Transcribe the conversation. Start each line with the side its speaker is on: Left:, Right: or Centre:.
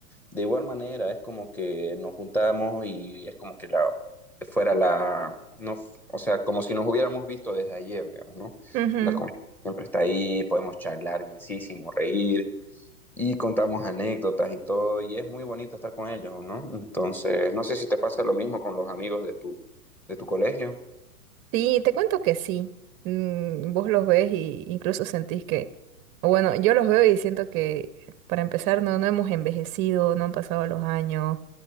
Centre: De igual manera, es como que nos juntamos y es como que la, fuera la, no, o sea, como si nos hubiéramos visto desde ayer, digamos, ¿no?
Right: Ujú.
Centre: La confianza siempre está ahí, podemos charlar bienísimo, reír y contamos anécdotas y todo, y es muy bonito estar con ellos, ¿no? Entonces, no sé si te pasa lo mismo con los amigos de tu, de tu colegio.
Right: Sí, te cuento que sí. Mm, vos los ves y incluso sentís que, o bueno, yo los veo y siento que para empezar no, no hemos envejecido, no han pasado los años,